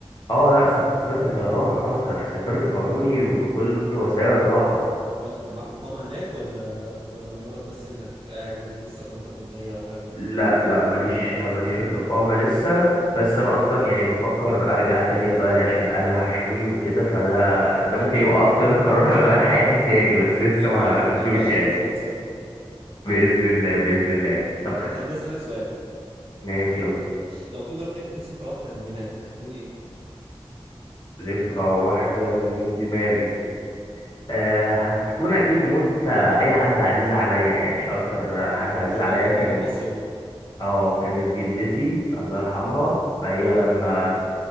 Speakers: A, on the left; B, on the right.
A: اه لا سافرت طيران اه ساف- سافرت قانوني بكل وسائل الراحة
B: دلوقتي انت معاك اقامه هناك ولا ولا مجرد بس انك قاعد يعني لسه اقامتك منتهيه او حاجه
A: لا لا ماليش ماليش الاقامة لسه بس انا اصلا يعني بفكر ارجع تاني البلد عشان اهلي وحشوني وكده فده ده ممكن يبقى اكتر قرار <laughs> هيغير حياتي تاني بس
B: <laughs>
A: لسه
B: ارجع
A: ما خدتوش
B: ارجع عشان
A: يعني
B: ننزل نقعد سوا
A: بإذن الله بإذن الله طب
B: طب خليني اسالك سؤال
A: ماشي يلا
B: ماشي. لو تقدر تمحي ذكرى واحده من دماغك هتكون ايه
A: ذكرى واحدة من دماغي أه هتكون أكيد موت أي حد عزيز عليا يعني أكتر
B: إيه
A: حد
B: دي
A: عزيز
B: اجابه
A: عليا كان
B: اجابه قاسيه دي
A: اه كانت جدتي الله يرحمها فهي
B: ربنا
A: لما
B: يرحمها يا رب